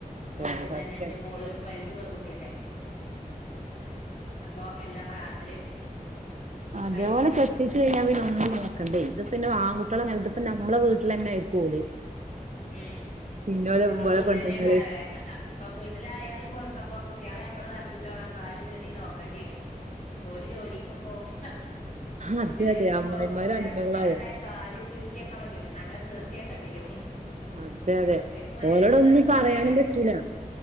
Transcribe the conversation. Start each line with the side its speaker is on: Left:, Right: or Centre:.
Right: അതെ
Left: ഇപ്പ ഇവടിം
Right: അതെ സത്യം
Left: തന്നെ എൻറെ മോള് വല്ത് പെൺകുട്ടിയല്ലേ അപ്പൊ എല്ലാം റാഹത്തില്
Right: അതെ
Left: കഴിഞ്ഞിക്ക്ണ്
Right: പോലെ കത്തിച്ച് കഴിഞ്ഞാൽ പിന്നെന്ന നോക്കണ്ടേ ഇത് പിന്നെ വാൻകുട്ടികള ഇപ്പ നമ്മുടെ വീട്ടിൽ തന്നെ ആരിക്കും ഓല്
Left: ഉം
Right: പിന്നെ ഓലെ
Left: നമ്മളെ
Right: ഓലെ
Left: വീട്ടിലാന്നെക്കാരം
Right: പെണ്ണുങ്ങള്
Left: ല്ലേ ഇപ്പ വീട്ടിലായാലും പൊർക്ക അപ്പ കുട്ടികളെ നമ്മള് നല്ലോണം കാലിൽ നീട്ടി നോക്കേണ്ടിയരും
Right: <inaudible>
Left: ഒരു ജോലിക്കും പോവും,
Right: അതെ
Left: ജോലിക്കും,
Right: അതെ അമ്മായിമാര്
Left: പോവും, ഇപ്പൊ വേറെ
Right: അടിമകളാവും
Left: കുട്ടികാളള്ള കാലിൽ ചുരുക്കിയാക്കാൻ പറ്റൂല നല്ല നിർത്തിയാക്കണ്ടി വരും ഉം
Right: അതെ അതെ
Left: ഇപ്പൊ മരക്കൾ
Right: ഓലോട് ഒന്നും
Left: വന്ന പണിയറണെ
Right: പറയാനും പറ്റൂല